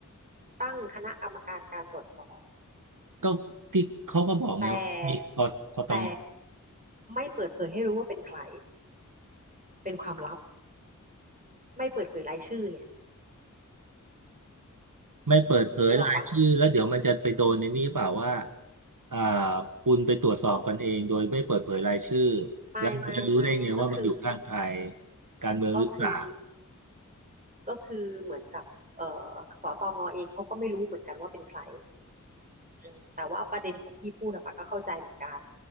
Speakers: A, on the right; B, on the right.
A: ตั้งคณะกรรมการการตรวจสอบ
B: ก็ที่เขาก็บอกไงว่ามีคอคอตอง
A: แต่แต่ไม่เปิดเผยให้รู้ว่าเป็นใครเป็นความลับไม่เปิดเผยรายชื่อไง
B: ไม่เปิดเผยรายชื่อแล้วเดี๋ยวมันจะไปโดนในนี้เปล่าว่า
A: นึกออกปะ
B: อ่าคุณไปตรวจสอบกันเองโดยไม่เปิดเผยรายชื่อ
A: ไม่ไม่ไม่ก็คือ
B: แล้วมันจะรู้ได้ไงว่ามันอยู่ข้างใครการเมืองหรือเปล่า
A: ก็คือก็คือเหมือนกับเอ่อสตงเองเขาก็ไม่รู้เหมือนกันว่าเป็นใครอืมแต่ว่าประเด็นของพี่พูดอะปะก็เข้าใจเหมือนกัน